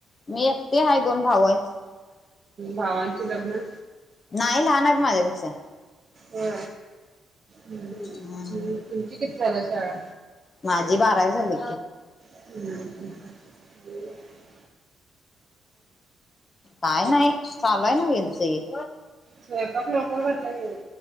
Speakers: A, on the left; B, on the right.
A: मी एकटे आहेा दोन भाव आहेत
B: भावांची लग्न
A: नाही लहानत माझ्यापेक्षा
B: ह हम्
A: हम्म
B: तुमची किती झालं शाळा
A: माझी बारावी झालीे
B: हम् हम्
A: काय नाही चालू आहे ना वी सी
B: स्वयंपाक लवकर भरला येेईल